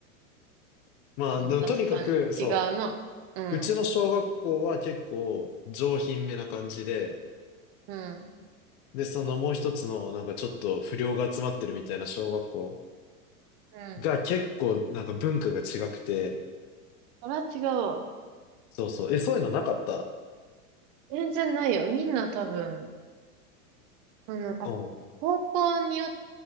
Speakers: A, on the left (about 45°); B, on the right (about 40°).
A: まあ、
B: まあ確かに。
A: でもとにかく、そ
B: 違うな。うん。
A: う。うちの小学校は結構上品めな感じで、
B: うん。
A: で、そのもう一つのなんかちょっと不良が集まってるみたいな小学校
B: うん。
A: が結構なんか文化が違くて、
B: それは違うわ。
A: そうそう。え、そういうのなかった
B: 全然ないよ。みんな多分、あの、あ、
A: うん。
B: 高校によって、